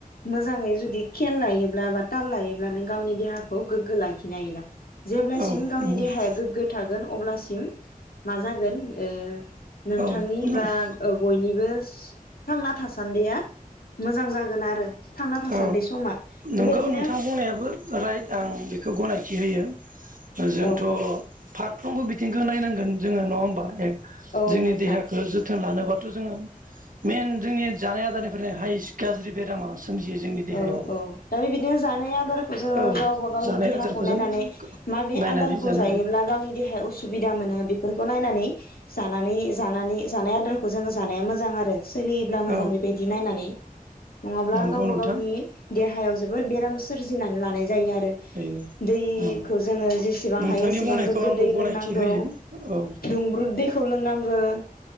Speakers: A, on the left; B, on the right.
A: मोजाङै जुदि खेल लायोब्ला बा ताल लायोब्ला नों गावनि देहाखौ गोग्गो लाखिनो हायो ना जेब्लासिम
B: औ
A: गावनि देहाया गोग्गो थागोन अब्लासिम मा जागोन ओ नोंथांनि
B: औ
A: बा ओ बयनिबो थांना थासान्दिया मोजां जागोन आरो थांना थासान्दि
B: औ
A: समा बेबायदिनो
B: नंगौ नोंथां बुंनायाबो राइट आं बेखौ गनायसै थि होयो जोंथ
A: औ औ
B: फार फ्रोमबो बिथिंखौ नायनांगोन जोङो नङा होमबा ए
A: औ
B: जोंनि
A: नोंथां
B: देहाखौ जोथोन लानोबाथ' जोङो मेइन जोंनि जानाय आदारनिफ्रायनो हाइस गाज्रि बेरामा सोमजियो जोंनि देहायाव
A: औ औ दा बेबायदिनो जानाय आदारखौ जोङो
B: औ
A: गावबा गावनि
B: जानाय
A: देहाखौ
B: आदारखौ
A: नायनानै
B: जों
A: माबे
B: नायनानै
A: आदारखौ
B: जानांगौ
A: जायोब्ला गावनि देहाया उसुबिदा मोनो बे बेफोरखौ नायनानै जानानै जानानै जानाय आदारखौ जोङो जानाया मोजां आरो । सोलियोब्ला मोजां
B: औ
A: बेबायदि नायनानै नङाब्ला
B: नंगौ
A: गाव गाव
B: नोंथां
A: गावनि देहा याव जोबोद बेराम सोरजिनानै लानाय जायो आरो । आरो
B: औ
A: दैखौ
B: औ
A: जोङो जेसेबां
B: नोंथांनि
A: हायो एसेबां
B: बुंनायखौ
A: गोग्गो
B: आंबो
A: दै
B: गनायथि
A: लोंनांगौ
B: होयो औ
A: दुंब्रुद दैखौ लांनांगोन ।